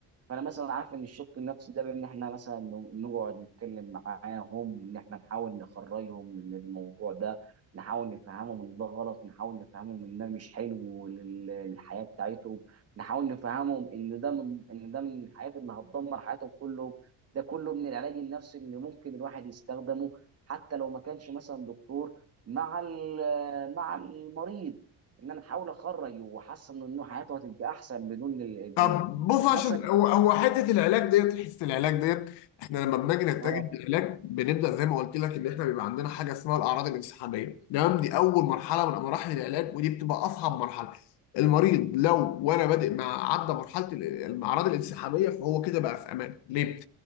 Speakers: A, on the right; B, on the left.
A: فانا مثلا عارف ان الشق النفسي ده بان احنا مثلا ن- نقعد نتكلم معاهم ان احنا نحاول نخرجهم من الموضوع ده نحاول نفهمهم ان ده غلط نحاول نفهمهم ان ده مش حلو لل- للحياه بتاعتهم نحاول نفهمهم ان ده من ان ده من الحاجات اللي هتدمر حياتهم كلهم ده كله من العلاج النفسي اللي ممكن الواحد يستخدمه حتى لو ما كانش مثلا دكتور مع ال- مع المريض ان انا احاول اخرج واحسن انه حياته هتبقى احسن بدون الادمان
B: طب بص
A: طب
B: عشان
A: مثلا
B: هو هو حته العلاج ديت حته العلاج ديت احنا لما بنيجي نتجه
A: اه
B: للعلاج بنبدا زي ما قلت لك ان احنا بيبقى عندنا حاجه اسمها الاعراض الانسحابيه تمام دي اول مرحله من مراحل العلاج ودي بتبقى اصعب مرحله المريض لو وانا بادئ مع عدى مرحله ال- الاعراض الانسحابيه فهو كده بقى في امان ليه؟